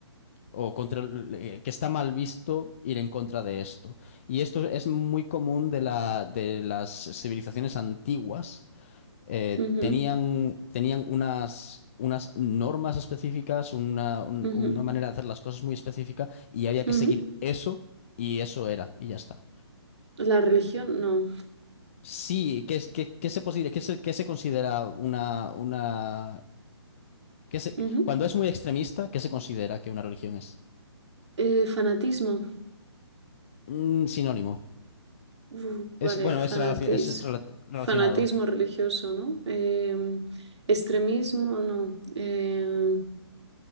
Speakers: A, on the left; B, on the right.
A: o contra el- eh, que está mal visto ir en contra de esto. Y esto es muy común de la, de las civilizaciones antiguas. Eh,
B: ujú,
A: tenían, tenían unas, unas normas específicas, una, un-
B: ujú,
A: una manera de hacer las cosas muy específica y había
B: ujú.
A: que seguir eso y eso era y ya está.
B: La religión, no.
A: Sí, ¿qué, es- qué, qué se posible, qué se, qué se considera una, una, qué se-
B: Ujú.
A: cuando es muy extremista, ¿qué se considera que una religión es?
B: Eh, fanatismo.
A: Mm, sinónimo.
B: Uf,
A: Es,
B: vale,
A: bueno,
B: fanatis,
A: es, relaci- es rela- relacionado.
B: fanatismo religioso, ¿no? Em, extremismo, no. Em,